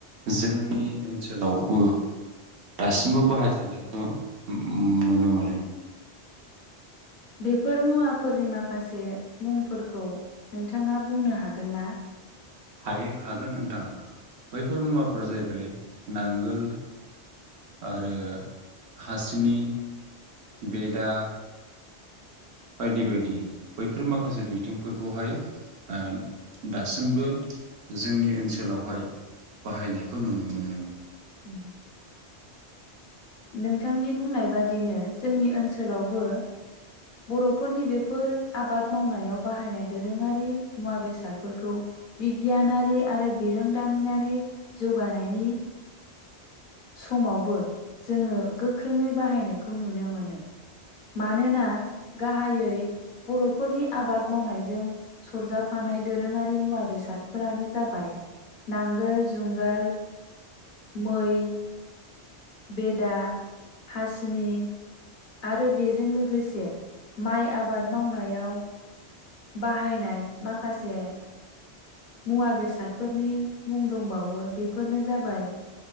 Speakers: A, on the right; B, on the left.
A: जोंनि ओनसोलावबो दासिमबो बाहायजानायखौ नुनो मोनो।
B: बेफोर मुवाफोरनि माखासे मुंफोरखौ नोंथाङा बुंनो हागोन ना?
A: हायो हागोन नोंथां बैफोर मुवाफोरा जाहैबाय नांगोल आरो हासिनि बेदा बायदि बायदि बैफोर माखासे बिथिंफोरखौहाय ओ दासिमबो जोंनि ओनसोलावहाय बाहायनायखौ नुनो मोनो नों
B: ओ नोंथांनि बुंनाय बादिनो जोंनि ओनसोलावबो बरफोरनि बेफोर आबाद मावनायाव बाहायनाय दोरोङारि मुवा बेसादफोरखौ बिगियानारि आरो बिरोंदामिनारि जौगानायनि समावबो जोङो गोख्रोङै बाहायनायखौ नुनो मोनो। मानोना गाहायै बरफोरनि आबाद मावनायजों सरजाबफानाय दोरोङारि मुवा बेसादफोरानो जाबाय नांगोल, जुंगाल, मै बेदा, हासिनि आरो बेजों लोगोसे माइ आबाद मावनायाव बाहायनाय माखासे मुवा बेसादफोरनि मुं दंबावो बेफोरनो जाबाय